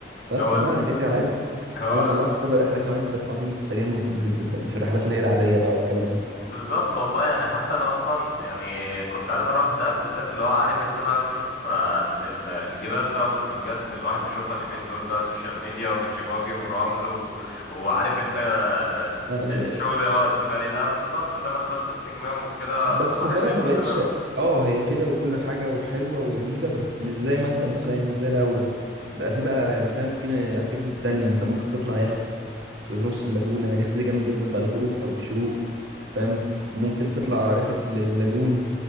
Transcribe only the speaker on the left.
هو
هو
بالظبط والله يعني حتى انا اصلا يعني كنت عايز اروح دهب بالذات اللي هو عارف انت بقى بتشوف آه، ال- ال- الجبال بقى والفلوجات اللي الواحد بيشوفها اليومين دول بقى سوشيال ميديا وبيتش باجي ورمل و... وعارف انت آه،
د- شغل
هو السفاري ده بالظبط وزي ما انت قلت استجمام وكده
الواحد
يفصل
دماغه